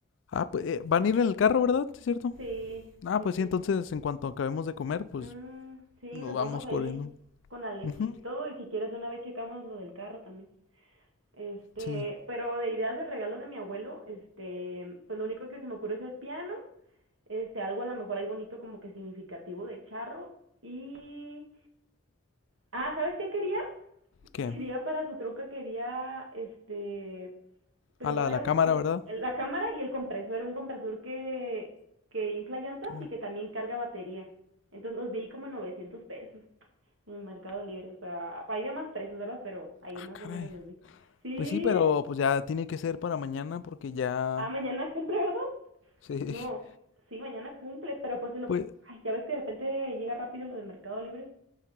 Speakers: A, on the left (about 65°); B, on the right (about 75°).
A: Ah, pues eh, van a ir en el carro, ¿verdad? ¿Sí es cierto?
B: Sí,
A: Ah,
B: sí,
A: pues
B: sí.
A: sí, entonces en cuanto acabemos de comer, pues
B: Mm, sí,
A: nos
B: nos
A: vamos
B: vamos ahí
A: corriendo.
B: con Alexis
A: Ujú.
B: y todo, y si quieres de una vez checamos lo del carro también. Este,
A: Sí.
B: pero de ideas de regalo de mi abuelo, este, pues lo único que se me ocurre es el piano, este, algo a lo mejor ahí bonito como que significativo de charro y Ah, ¿sabes qué quería?
A: ¿Qué?
B: Quería para su troca, quería, este, primero
A: A la,
B: era
A: la cámara,
B: un, un-
A: ¿verdad?
B: la cámara y el compresor, era un compresor que, que infla llantas
A: Caray.
B: y que también carga batería. Entonces los vi como en 900 pesos en Mercado Libre. O sea, hay de más precios, ¿verdad? Pero ahí
A: Ah,
B: más
A: caray.
B: o menos los vi. Sí,
A: Pues sí, pero pues ya tiene que ser para mañana porque ya...
B: ah, mañana cumple, ¿verdad?
A: Sí.
B: No,
A: <laughs>
B: sí, mañana cumple, pero pues se lo...
A: Pues,
B: Ay, ya ves que de repente llega rápido lo de Mercado Libre.